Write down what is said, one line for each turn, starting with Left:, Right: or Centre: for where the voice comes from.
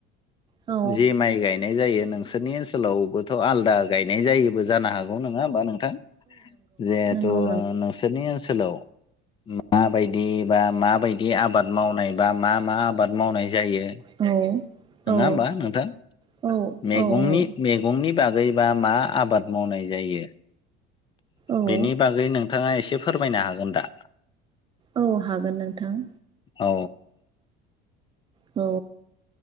Right: औ
Left: जि माइ गायनाय जायो नोंसोरनि ओनसोलावबोथ' आलादा गायनाय जायोबो जानो हाग गौ नङा होनबा नोंथां। जिहेथु
Right: नंगौ
Left: नोंसोरनि ओनसो सोलाव मा बाय दि‌ बा मा बायदि आबाद मावनाय बा मा मा आबाद मावनाय जायो।
Right: औ
Left: नोङा
Right: औ
Left: होमबा नोंथां।
Right: औ। औ
Left: मैगंनि-मैगंनि
Right: औ
Left: बागैबा मा आबाद मावनाय जायो
Right: औ
Left: बेनि बागै नोंथाङा एसे फोरमायनो हागोन दा?
Right: औ हागोन नोंथां।
Left: औ।
Right: औ।